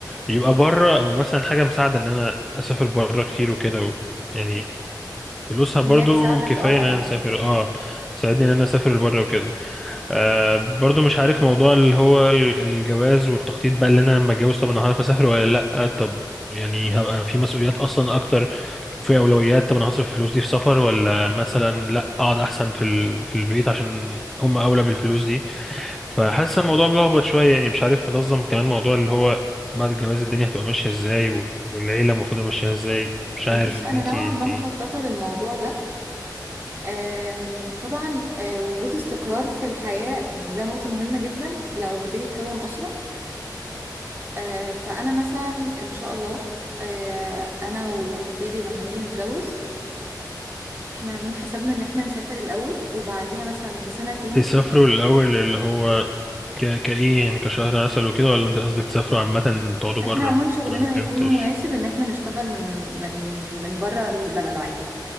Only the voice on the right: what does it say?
انها تساعدك
اه
اه
بص انا
نوعا
ما مخططه للموضوع ده أم، طبعا أه، وجود استقرار في الحياه ده نقطه مهمه جدا لو ما تيجي تكون اسره أه، فانا مثلا ان شاء الله أه، انا وخطيبي لما نيجي نتجوز احنا عاملين حسابنا ان احنا نسافر الاول وبعديها مثلا بسنتين
احنا
عموما شغلنا
هيكون
مناسب ان احنا نشتغل من من من بره البلد عادي